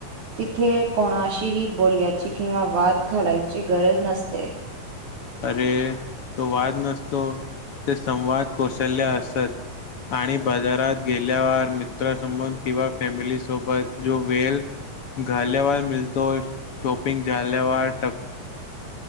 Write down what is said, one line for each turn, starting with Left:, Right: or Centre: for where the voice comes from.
Right: तिथे कोणाशीही बोलल्याची, किंवा वाद घालायची, गरज नसते.
Left: अरे! तो वाद नसतो, ते संवाद कौशल्य असत. आणि बाजारात गेल्यावर मित्रासमोर, किंवा फॅमिली सोबत, जो वेळ घालवायला मिळतो, शॉपिंग झलिवाार टप